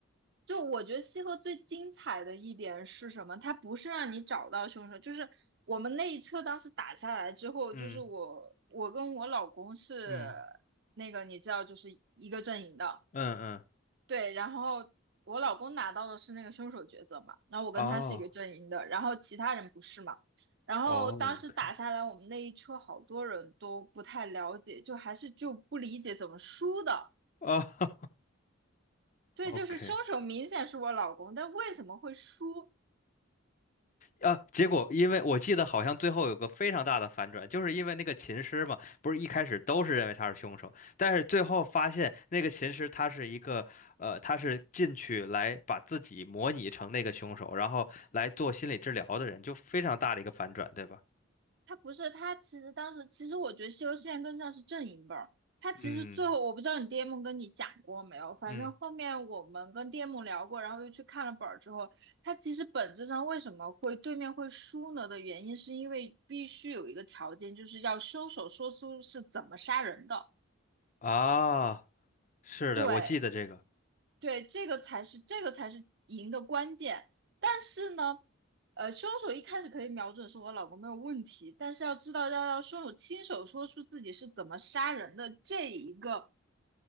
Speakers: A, on the right; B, on the left.
A: 就我觉得西河最精彩的一点是什么？它不是让你找到凶手，就是我们那一车当时打下来之后，
B: 嗯
A: 就是我我跟我老公是
B: 嗯
A: 那个你知道，就是一个阵营的。
B: 嗯嗯，
A: 对，然后我老公拿到的是那个凶手角色嘛，那我跟他是一个阵营的，
B: 哦。
A: 然后其他人不是嘛。然后当时打下来，
B: 哦，OK，
A: 我们那一车好多人都不太了解，就还是就不理解怎么输的。
B: 哦，<laughs>
A: 对，
B: OK，
A: 就是凶手明显是我老公，但为什么会输？
B: 啊，结果因为我记得好像最后有个非常大的反转，就是因为那个琴师嘛，不是一开始都是认为他是凶手，但是最后发现那个琴师他是一个，呃，他是进去来把自己模拟成那个凶手，然后来做心理治疗的人，就非常大的一个反转，对吧？
A: 他不是他，其实当时其实我觉得西游记更像是阵营本。他其实最后我不知道你
B: 嗯
A: DM 跟你讲过没有，反正后面我们跟
B: 嗯
A: DM 聊过，然后又去看了本儿之后，他其实本质上为什么会对面会输呢的原因，是因为必须有一个条件，就是要凶手说出是怎么杀人的。
B: 啊，是的，
A: 对，
B: 我记得这个，
A: 对，这个才是这个才是赢的关键。但是呢，呃，凶手一开始可以瞄准说我老公没有问题，但是要知道要让凶手亲手说出自己是怎么杀人的这一个